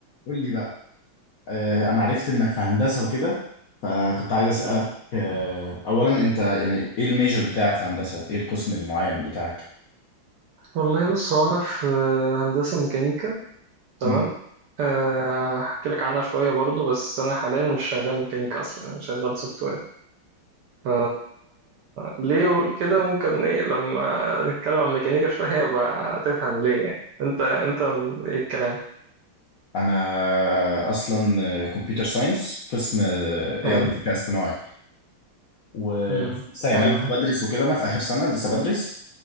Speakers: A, on the left (about 70°); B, on the right (about 70°).
A: قول لي بقى آه، انا عرفت انك في هندسة وكده فكنت عايز اسألك
B: مم.
A: آه، اولا انت يعني ايه الميجر بتاعك في هندسة ايه القسم المعين بتاعك
B: والله بص هو أنا في هندسة ميكانيكا تمام
A: مم.
B: آه، هحكي لك عنها شوية برضو بس أنا حاليا مش شغال ميكانيكا أصلا أنا شغال سوفت وير ف ليه أقول كده ممكن إيه لما نتكلم عن ميكانيكا شوية بقى تفهم ليه يعني أنت أنت إيه الكلام
A: انا اصلا كمبيوتر ساينس قسم اي
B: حلو
A: اي ذكاء اصطناعي ولسه
B: مم.
A: يعني
B: حلو
A: انا لسه بدرس وكده انا في اخر سنة لسه بدرس